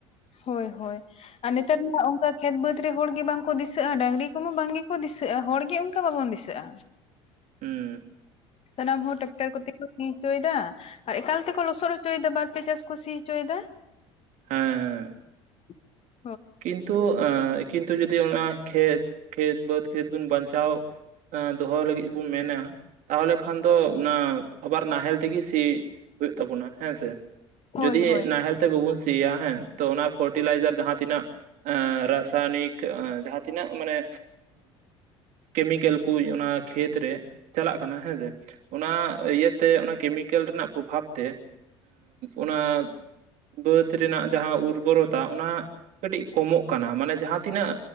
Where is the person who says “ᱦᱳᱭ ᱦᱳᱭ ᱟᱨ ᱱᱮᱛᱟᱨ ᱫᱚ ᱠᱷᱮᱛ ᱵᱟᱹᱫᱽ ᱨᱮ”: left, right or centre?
Left